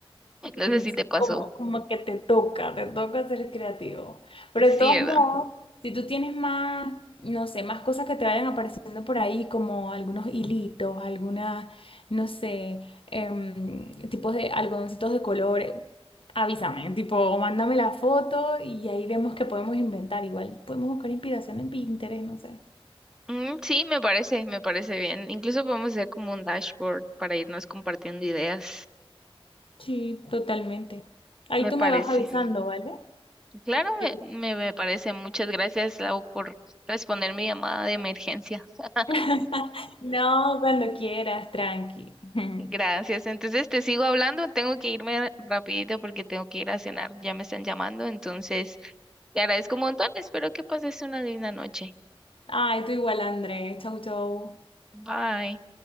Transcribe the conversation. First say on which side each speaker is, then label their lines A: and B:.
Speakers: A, in the centre; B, on the left.
A: <laughs>
B: <laughs>
A: No sé si te pasó.
B: Como, como que te toca, te toca ser creativo. Pero
A: Sí,
B: de todos
A: ¿verdad?
B: modos, si tú tienes más, no sé, más cosas que te vayan apareciendo por ahí, como algunos hilitos, algunas, no sé, em, tipos de algodoncitos de colores, avísame, tipo, mándame la foto y ahí vemos que podemos inventar. Igual podemos buscar inspiración en Pinterest, no sé.
A: Mm, sí, me parece, me parece bien. Incluso podemos hacer como un dashboard para irnos compartiendo ideas.
B: Sí, totalmente. Ahí
A: Me
B: tú
A: parece.
B: me vas avisando, ¿vale?
A: Claro,
B: Yo-
A: me, me, me parece. Muchas gracias, Lau, por responder mi llamada de emergencia. <laughs>
B: <laughs> No, cuando quieras, tranqui. <laughs>
A: gracias. Entonces, te sigo hablando. Tengo que irme rapidito porque tengo que ir a cenar. Ya me están llamando. Entonces, te agradezco un montón. Espero que pases una linda noche.
B: Ay, tú igual, André. Chau, chau.
A: Bye.